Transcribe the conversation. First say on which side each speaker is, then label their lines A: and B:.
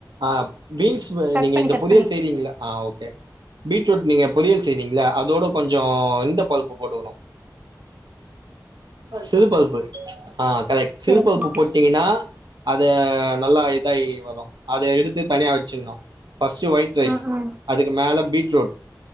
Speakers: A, on the right; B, on the right.
A: ஆ பீன்ஸ் ப
B: கட்
A: நீங்க
B: பண்ணி
A: இந்த
B: கட்
A: பொரியல்
B: பண்ணி
A: செய்றீங்ளா ஆ ஓகே பீட்ரூட் நீங்க பொரியல் செய்றீங்ளா அதோட கொஞ்சோ இந்த பருப்பு போட்டுக்கணு சிறுபருப்பு ஆ கரெக்ட் சிறுபருப்பு
B: சேரி சேரி
A: போட் டிங்கன்னா அத நல்லா இதாயி வரு அத எடுத்து தனியா வச்சிர்ணு ஃபர்ஸ்ட்டு ஒயிட் ரைஸ்
B: ஆ ஆ
A: அதுக்கு மேல பீட்ரூட்